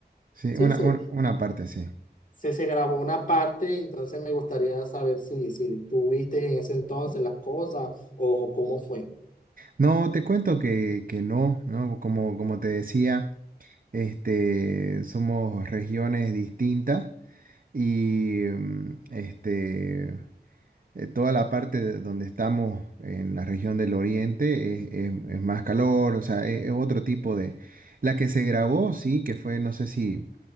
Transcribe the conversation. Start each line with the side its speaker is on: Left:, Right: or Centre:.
Right: Sí,
Left: Sí,
Right: una,
Left: se,
Right: una, una parte, sí.
Left: se, se grabó una parte, entonces me gustaría saber si, si tú viste en ese entonces las cosas o cómo fue.
Right: No, te cuento que, que no, ¿no? Como, como te decía, este, somos regiones distintas. y mm, este, eh, toda la parte de donde estamos en la región del Oriente es, es- es más calor, o sea, es, es otro tipo de... La que se grabó, sí, que fue, no sé si,